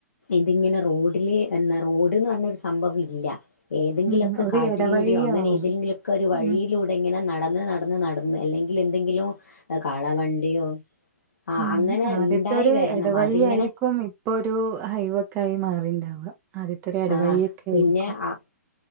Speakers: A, on the left; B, on the right.
A: ഇതിങ്ങെനെ റോഡില് എന്താ റോഡ്ന്ന് പർഞ്ഞൊരു സംഭവം ഇല്ല ഏതെങ്കിലൊക്കെ
B: ഉം ഒരു
A: കാട്ടിലൂടെയോ
B: ഇടവഴിയാവും
A: അങ്ങനെ ഏതെങ്കിലൊക്കൊരു വഴിയിലൂ
B: ഉം
A: ടെ ഇങ്ങെനെ നടന്ന് നടന്ന് നട്ന്ന് അല്ലെങ്കിലെന്തെങ്കിലും കാളവണ്ടിയോ ആ
B: ഉം
A: അങ്ങനെ
B: ആദ്യത്തൊര്
A: ഉണ്ടായി വരണം
B: എടവഴിയായിരിക്കും
A: അതിങ്ങനെ
B: ഇപ്പൊരു ഹൈവാെക്കായ് മാറിണ്ടാവ ആദ്യത്തൊരു എടവഴിയൊക്കെ
A: ആ പിന്നെ
B: ആയിരിക്കും
A: ആ